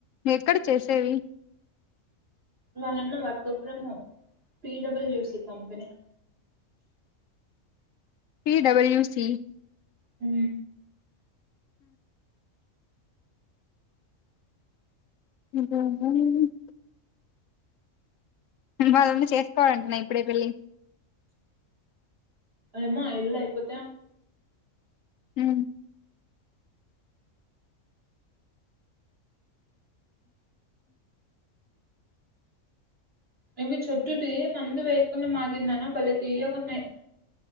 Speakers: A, on the left (about 75°); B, on the right (about 45°).
A: ఎక్కడ చేసేవి
B: వాళ్లన్న వర్క్ ఫ్రొం హోమ్ పిడయూసి కంపెనీ.
A: పి డబల్యూ సి
B: హు
A: <unintelligible> వాళ్ళన్న చేసుకోడంటన ఇప్పుడే పెళ్ళి
B: ఏమో ఆ ఇల్లు అయిపోతే
A: హు
B: ఇవి చెట్టుటి మందువేకుండ మాగిందన బలే తియ్యగున్నయ్.